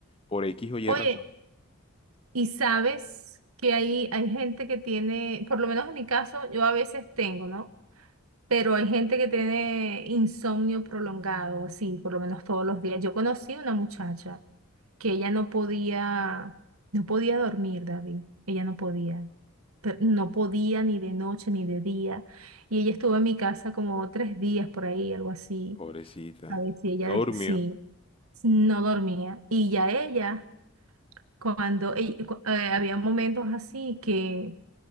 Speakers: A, on the left; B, on the right.
A: Por X o Y
B: Oye.
A: razón.
B: Y sabes que hay, hay gente que tiene, por lo menos en mi caso, yo a veces tengo, ¿no? Pero hay gente que tiene insomnio prolongado, así, por lo menos todos los días. Yo conocí una muchacha que ella no podía, no podía dormir, David. Ella no podía. Pero no podía ni de noche ni de día. Y ella estuvo en mi casa como tres días por ahí, algo así.
A: Pobrecita.
B: A ver si ella,
A: No
B: des-
A: durmió.
B: sí, no dormía. Y ya ella cuando y cu- eh, había momentos así que,